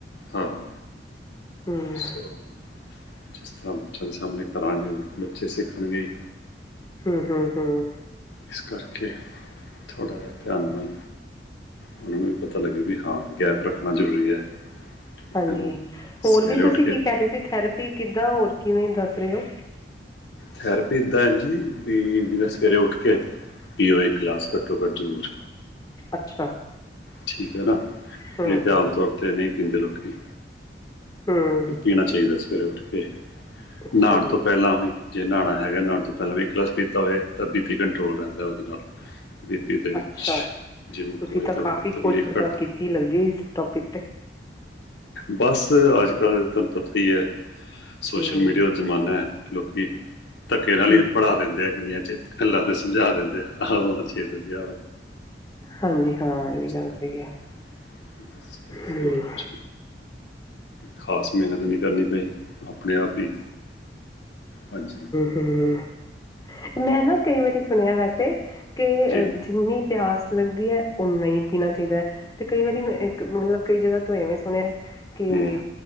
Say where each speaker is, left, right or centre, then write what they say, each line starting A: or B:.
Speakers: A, on the left; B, on the left.
A: ਹਾਂ,
B: ਹਮ
A: ਸੋ ਜਿਸ ਤਰ੍ਹਾਂ ਬੱਚਿਆਂ ਦੇ, ਸਾਹਮਣੇ ਕਰਾਂਗੇ ਬੱਚੇ ਸਿੱਖਣਗੇ।
B: ਹਮ- ਹਮ, ਹਮ।
A: ਇਸ ਕਰਕੇ, ਥੋੜ੍ਹਾ ਜਿਹਾ ਧਿਆਨ ਨਾਲ ਉਹਨਾਂ ਨੂੰ ਵੀ, ਪਤਾ ਲੱਗੇ ਵੀ, ਹਾਂ ਗੈਪ ਰੱਖਣਾ ਜ਼ਰੂਰੀ ਹੈ। ਠੀਕ
B: ਹਾਂਜੀ,
A: ਹੈ ਨਾ
B: ਹੋਰ
A: ਸਵੇਰੇ
B: ਵੀ ਤੁਸੀਂ
A: ਉੱਠ ਕੇ
B: ਕੀ ਕਹਿ ਰਹੇ ਸੀ? ਥੈਰੇਪੀ ਕਿੱਦਾਂ ਹੋਰ ਕਿਵੇਂ ਦੱਸ ਰਹੇ ਹੋ
A: ਥੈਰਪੀ, ਇਦਾਂ ਹੈ ਜੀ, ਵੀ ਜਵੇੈਂ ਸਵੇਰੇ ਉੱਠ ਕੇ ਇੱਕ ਦ੍ਰ ਗਲਾਸ ਘੱਟੋ ਘੱਟ ਜ਼ਰੂਰ
B: ਅੱਛਾ।
A: ਠੀਕ ਹੈ ਨਾ,
B: ਹਮ
A: ਨਹੀਂ ਤੇ
B: ਹਮ
A: ਆਮ ਤੌਰ, ਤੇ ਨਹੀਂ ਪੀਂਦੇ ਲੋਕੀ।
B: ਹੂ
A: ਪੀਣਾ, ਚਾਹੀਦਾ ਸਵੇਰੇ ਉੱਠ ਕੇ,
B: ਅੱਛਾ
A: ਨਹਾਣ
B: ਜੀ
A: ਤੋਂ ਪਹਿਲਾਂ ਵੀ। ਜੇ ਨਾਣਾ ਹੈਗੈ ਨਾਣ ਤੋਂ ਪੈਲਾਂ ਵੀ ਇੱਕ ਗਲਾਸ ਪੀਤਾ ਓਵੇ, ਤਾਂ ਬੀ ਪੀ ਕੰਟਰੋਲ ਰੈਂਦੈ ਓਦੇ ਨਾਲ। ਬੀ ਪੀ ਦੇ ਵਿੱਚ,
B: ਅੱਛਾ
A: ਜਿੰਮ
B: ਤੁਸੀਂ
A: ਹੋਏ ਤਾਂ
B: ਕਾਫ਼ੀ
A: ਤਕਲੀਫ
B: ਖੋਜ ਪੜਤਾਲ
A: ਘੱਟ
B: ਕੀਤੀ ਲੱਗਦੀ ਇਸ ਟੋਪਿਕ ਤੇ।
A: ਬਾੱਸ ਆੱਜ-ਕਾੱਲ੍ਹ ਤੁਆਨੂੰ ਪਤਾ ਈ ਐ, ਸੋਸ਼ਲ
B: ਹੂੰ
A: ਮੀਡੀਆ ਜ਼ਮਾਨਾ ਏ ਲੋਕੀ, ਤੱਕੇ ਨਾਲ
B: ਹੂੰ
A: ਈ, ਪੜ੍ਹਾ ਦਿੰਦੇ ਐ ਦੁਨੀਆਂ ਚ, ਗੱਲਾਂ ਤੇ ਸਮਝਾ ਦਿੰਦੇ ਐ ਆਹ ਹੋਨਾ ਚਾਹੀਦਾ ਜੀ।
B: ਹਾਂਜੀ ਹਾਂ
A: ਤਾਂ
B: ਐ ਵੀ
A: ਉਸ ਤਰ੍ਹਾਂ
B: ਗਾੱਲ ਸਈ
A: ਹੀ
B: ਐ,
A: ਹੈ ਬਸ ਬਸ
B: ਹੂੰ।
A: ਹੋਰ ਕੁਝ ਖਾਸ ਮੇਨਤ ਨੀ ਕਰਨੀ ਪਈ। ਅਪਣੇ ਆਪ ਈ, ਹਾਂਜੀ।
B: ਹ, ਮੈਂ ਨਾ ਕਈ ਵਾਰੀ ਸੁਨਿਆ ਵੈਸੇ, ਕੇ
A: ਜੀ
B: ਜਿੰਨੀ ਪਿਆਸ ਲਗਦੀ ਐ, ਓਨਾ ਈ ਪੀਨਾ ਚਾਈਦੈ। ਤੇ ਕਈ ਵਾਰੀ ਹੋਏ ਇੱਕ ਮਤਲਬ ਕਈ ਜਗ੍ਹਾ ਤੋਂ ਏਵੇਂ ਸੁਣੇਐ ਕੀ,
A: ਹੂੰ